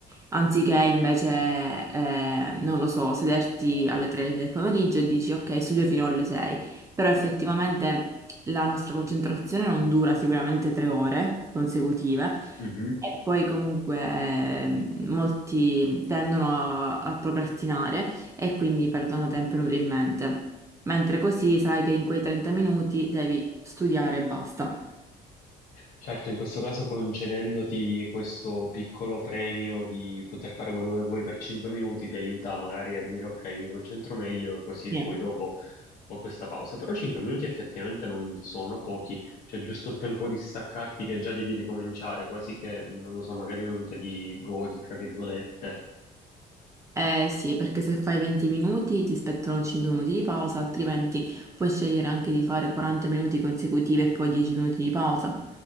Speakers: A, on the right (about 15°); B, on the left (about 55°).
A: anziché invece, eh, non lo so, sederti alle 3 del pomeriggio e dici ok, studio fino alle 6, però effettivamente la nostra concentrazione non dura sicuramente 3 ore consecutive.
B: mhm.
A: E poi comunque ehm, molti tendono a, a procrastinare e quindi perdono tempo inutilmente. Mentre così sai che in quei 30 minuti devi studiare e basta.
B: Certo, in questo caso concedendoti questo piccolo premio di poter fare quello che vuoi per 5 minuti ti aiuta magari a dire ok, mi concentro meglio, così
A: Sì.
B: poi dopo ho questa pausa. Però 5 minuti effettivamente non sono pochi, cioè giusto il tempo di staccarti che già devi ricominciare, quasi che, non lo so, magari non te li godi, tra virgolette.
A: Eh sì, perché se fai 20 minuti ti spettano 5 minuti di pausa, altrimenti puoi scegliere anche di fare 40 minuti consecutivi e poi 10 minuti di pausa.